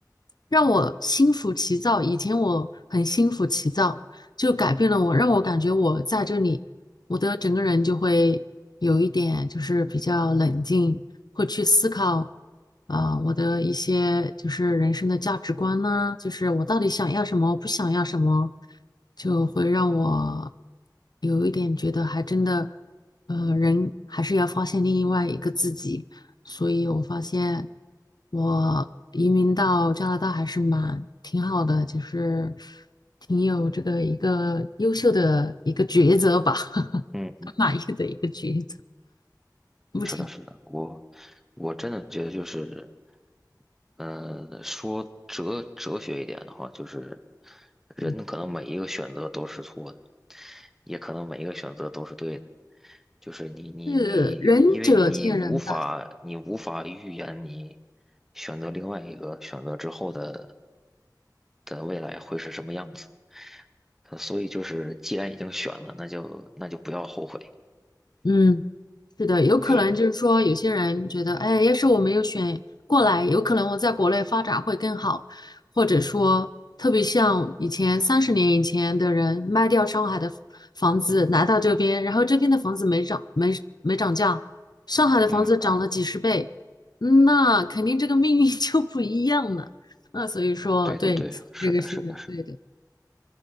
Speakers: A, on the left; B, in the centre.
A: 让我心浮气躁。以前我很心浮气躁，就改变了我，
B: 嗯
A: 让我感觉我在这里，我的整个人就会有一点就是比较冷静，会去思考，啊、我的一些就是人生的价值观呐、就是我到底想要什么，我不想要什么，就会让我有一点觉得还真的，呃，人还是要发现另外一个自己。所以我发现我移民到加拿大还是蛮挺好的，就是挺有这个一个优秀的一个抉择吧，<laughs>
B: 嗯，
A: 满意的一个抉择。目前。
B: 是的，我我真的觉得就是，嗯、说哲哲学一点的话，就是人可能每一个选择都是错的，
A: 嗯。
B: 也可能每一个选择都是对的。就是你你你，
A: 是仁者见仁吧，
B: 因为你无法你无法预言你选择另外一个选择之后的的未来会是什么样子，呃所以就是既然已经选了，那就那就不要后悔。
A: 嗯，是的，有可能就是说，
B: 对。
A: 有些人觉得，哎，要是我没有选过来，有可能我在国内发展会更好，或者说，特别像以前三十年以前的人卖掉上海的房子来到这边，然后这边的房子没涨，没没涨价，上海的房子涨了几十倍，
B: 嗯。
A: 嗯那肯定这个命运 <laughs> 就不一样了。那所以说，
B: 对对对，
A: 对你说的这个是对的
B: 是的，是的，是的